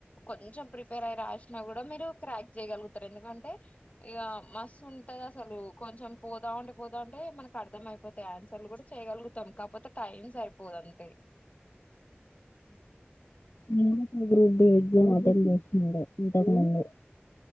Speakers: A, on the left; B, on the left.
A: కొంచెం ప్రిపేర్ అయి రాసినా కూడా మీరు క్రాక్ చేయగలుగుతారు ఎందుకంటే ఇగ మస్ ఉంటది అసలు కొంచెం పోదా ఉంటే పోత ఉంటే అంటే మనకు అర్థం అయిపోతయి ఆన్సర్లు కూడా చేయగలుగుతాం కాకపోతే టైమ్ సరిపోదు అంతే. ఉ
B: నేను గ్రూప్ డి ఎగ్జామ్ అటెండ్ చేసిండే ఇంతకుముందు